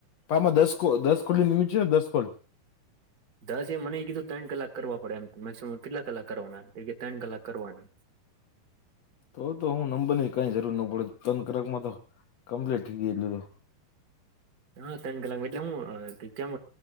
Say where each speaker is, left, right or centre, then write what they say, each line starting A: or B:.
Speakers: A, on the left; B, on the right.
A: પણ આમા દસ દસ કોલ નિ લિમિટ છે ને દસ કોલ.
B: દસ એ મને એ કીધું ત્રણ કલાક કરવા પડે એમ મેક્સિમમ કેટલા કલાક કરવાના ત્રણ કલાક કરવાના.
A: તો તો હું નંબર ની કઈ જરૂર ન પડે તણ કરાક માં તો કમ્પલેટ થઈ ગય.
B: હા ત્રણ કલાક એટલે હું કેમ